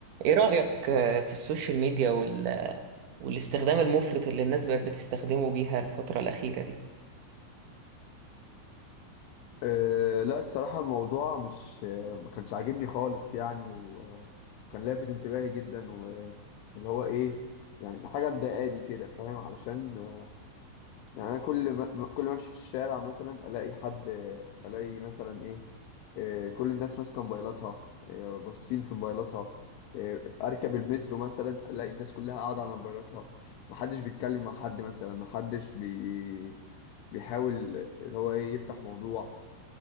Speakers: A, on the right (about 65°); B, on the left (about 75°).
A: ايه رأيك آه، في السوشيال ميديا وال... والاستخدام المفرط اللي الناس بقت بتستخدمه بيها الفترة الأخيرة دي
B: أه لا الصراحة الموضوع مش آه، ما كانش عاجبني خالص يعني و- وكان لافت انتباهي جدا واللي هو ايه يعني حاجة مضايقاني كده فاهم علشان آه، يعني انا كل ما ما- كل ما امشي في الشارع مثلا الاقي حد آه، الاقي مثلا ايه آه، كل الناس ماسكة موبايلاتها آه، باصين في موبايلاتها آه، اركب المترو مثلا الاقي الناس كلها قاعدة على موبايلاتها محدش بيتكلم مع حد مثلا محدش بي بيحاول اللي هو ايه يفتح موضوع